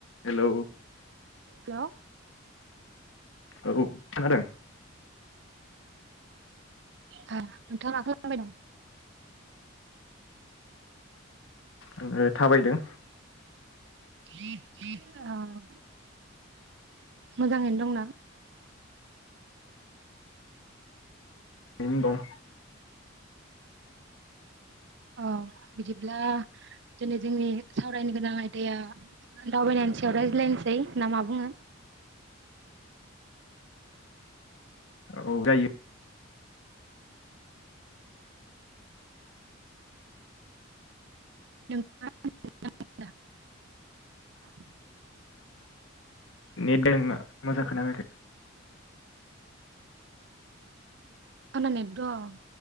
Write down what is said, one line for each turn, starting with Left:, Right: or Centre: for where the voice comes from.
Left: Hello
Right: hello
Left: औ खोनादों
Right: नोंथाङा <unintelligible>
Left: आंयो थाबायदों
Right: <inaudible> औ मोजाङैनो दंना?
Left: नों दं
Right: औ बिदिब्ला दिनै जोंनि सावरायनो गोनां आयदाया दावबायनायनि सायाव रायज्लायनोसै ना मा बुङो?
Left: औ जायो
Right: <unintelligible>
Left: नेट दोंना मोजांङै खोना फैयाखै।
Right: आंना नेट दं